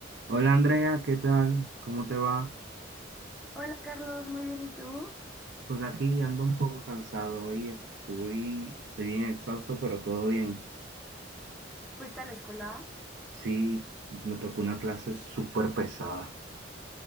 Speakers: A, on the right (about 60°); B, in the centre.
A: Hola Andrea, ¿qué tal? ¿Cómo te va?
B: Hola Carlos, muy bien, ¿y tú?
A: Pues aquí ando un poco cansado hoy, estoy, estoy bien exhausto, pero todo bien.
B: ¿Fuiste a la escuela?
A: Sí, me tocó una clase súper pesada.